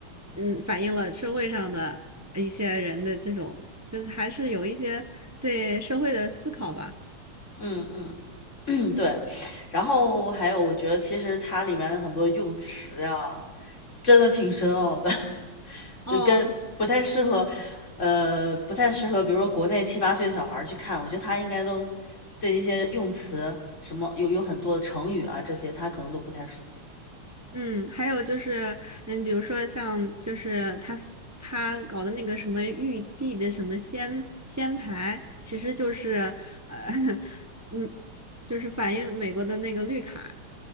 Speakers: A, on the right (about 25°); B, on the left (about 30°).
A: 嗯，反映了社会上的一些人的这种，就是还是有一些对社会的思考吧。
B: 嗯嗯。<clears throat> 对，然后还有，我觉得其实它里面的很多用词呀，真的挺深奥的，<laughs> 所以跟不太适合，
A: 哦，
B: 呃，不太适合，比如说国内七八岁小孩儿去看，我觉得他应该都对那些用词什么有有很多的成语啊这些，他可能都不太熟悉。
A: 嗯，还有就是，嗯，比如说像就是他他搞的那个什么玉帝的什么仙仙牌，其实就是呃，<laughs> 嗯，就是反映美国的那个绿卡，